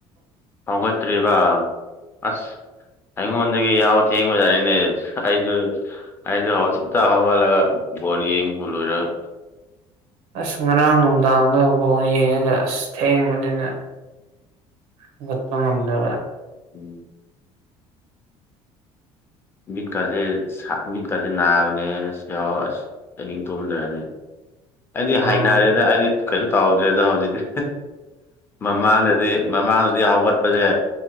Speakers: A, on the left; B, on the right.
A: ꯐꯥꯎꯒꯠꯇ꯭ꯔꯤꯕ ꯑꯁ ꯑꯩꯉꯣꯟꯗꯒꯤ ꯌꯥꯎꯕ ꯊꯦꯡꯕꯖꯥꯅꯤꯅꯦ ꯑꯩꯁꯨ ꯍꯥꯏꯗꯣ ꯍꯧꯖꯤꯛꯇ ꯍꯧꯒꯠꯂꯒ ꯕꯣꯜ ꯌꯦꯡꯕ ꯂꯣꯏꯔꯒ
B: ꯑꯁ ꯉꯔꯥꯡ ꯅꯨꯡꯗꯥꯡꯗꯐꯕꯥꯎ ꯌꯦꯡꯉꯒ ꯑꯁ ꯊꯦꯡꯕꯅꯤꯅ ꯍꯧꯒꯠꯄ ꯉꯝꯅꯕ
A: ꯎꯝ ꯃꯤꯠꯀꯥꯁꯦ ꯁꯥ ꯃꯤꯠꯀꯥꯁꯦ ꯅꯥꯕꯅꯦ ꯑꯁ ꯌꯥꯎ ꯑꯁ ꯑꯍꯤꯡ ꯇꯨꯝꯗ꯭ꯔꯥꯗꯤ ꯑꯩꯗꯤ
B: ꯎꯝ
A: ꯍꯥꯏꯅꯔꯦꯗ ꯑꯩꯗꯤ ꯀꯩꯁꯨ ꯇꯧꯗ꯭ꯔꯦꯗ ꯍꯧꯖꯤꯛꯇꯤ ꯃꯃꯥꯡꯗꯗꯤ ꯃꯃꯥꯡꯗꯗꯤ ꯍꯧꯒꯠꯄꯁꯦ